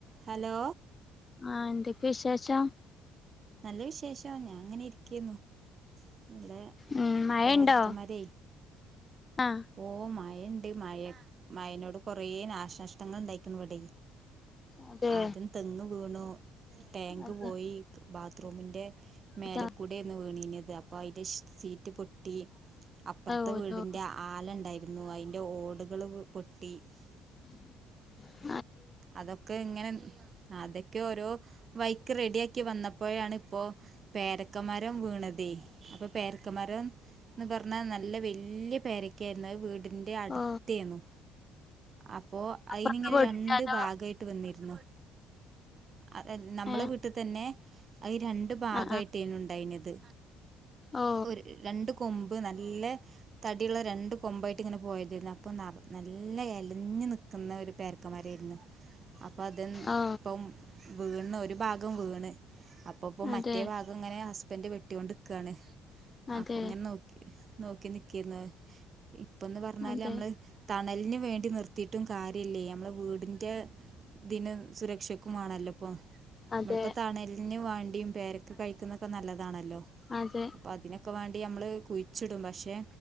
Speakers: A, on the right; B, on the left.
A: Hello
B: ആഹ് എന്തൊക്കെ വിശേഷം
A: നല്ല വിശേഷമാണ് ഞാൻ അങ്ങനെ ഇരിക്കെന്നു ഇവിടെ
B: ഉം മഴണ്ടോ
A: പേരക്ക മര
B: ആഹ്
A: ഓ മായ മഴുണ്ട് മഴ മഴനോട് കൊറെ നാശനഷ്ടങ്ങൾ ഉണ്ടായിരിക്കുന്നുവിട
B: അതെ
A: ആദ്യം തെങ്ങ് വീണു ടാങ്ക്
B: അതെ
A: പോയി ബാത്ത്റൂമിന്റെ- മേലക്കൂടെയന്ന്
B: അതാ
A: വീണീനത് അപ്പൊ അതിന്റെ സീറ്റ് പൊട്ടി <unintelligible> അപ്പുറത്തെ
B: ഓതോ
A: വീടിന്റെ ആലുണ്ടായിരുന്നു അതിന്റെ ഓടുകൾ പൊട്ടി <unintelligible>
B: <inaudible>
A: അതൊക്കെ ഇങ്ങനെ അതൊക്കെ ഓരോ വൈക്ക് റെഡി ആക്കി വന്നപ്പോഴാണ് ഇപ്പോ പേരക്ക മരം വീ- അ പരക്ക മരംന്ന് പറ നല്ല വ പരക്ക വീ- എന്റെ അടുത്തേന്നു
B: ഓ
A: അപ്പോ അതിനി
B: അപ്പറത്തെ
A: ഇങ്ങനെ
B: വീടിന്റെ
A: രണ്ട്
B: അതോ
A: ഭാഗമായിട്ട് വന്നിരുന്നു അ നമ്മളെ
B: ഏഹ്
A: വീട്ടിൽ തന്നെ രണ്ട് ഭാഗമായിട്ടോണ്
B: ആഹ് ആഹ്
A: ഉണ്ടായിത്
B: ഓ
A: ഒരു രണ്ട് കൊമ്പ് നല്ല തടിയുള്ള രണ്ട് കൊമ്പായിട്ട് ഇങ്ങനെ പോയരുന്നു അപ്പ നല്ല ഇല- കുഞ്ഞു നിൽക്കുന്ന ഒരു പേരക്കന്മാരായിരുന്നു അപ്പൊ അത
B: ഓ
A: ഇപ്പം വീണ് ഒരു ഭാഗം വീണ് അപ്പപ്പോ മറ്റേ
B: അതെ
A: ഭാഗം ഇങ്ങനെ ഹസ്ബൻഡറ് വെട്ടികൊണ്ട്ിക്കുവയാണ്
B: അതെ
A: അപ്പൊ ഇങ്ങനെ നോക്കി നോക്കി നിക്കിന്ന് ഇപ്പന്ന് പറഞ്ഞാല്
B: അതെ
A: നമ്മള് തണലിനന് വേണ്ടി നിർത്തിയിട്ടും കാര്യമല്ലേ നമ്മളെ വീട് മറ്റ ഇ സുരക്ഷക്കുംമാണല്ലോ ഇപ്പോൊ നമ്മളിപ്പോ
B: അതെ
A: തണലിന് വേണ്ട പേരൊക്കെ കഴിക്കുന്നൊക്കെ നല്ലാണല്ലോ
B: അതെ
A: അപ്പൊ അതിനൊക്കെ വേണ്ടി നമ്മള് കുഴിച്ചിടും പക്ഷെ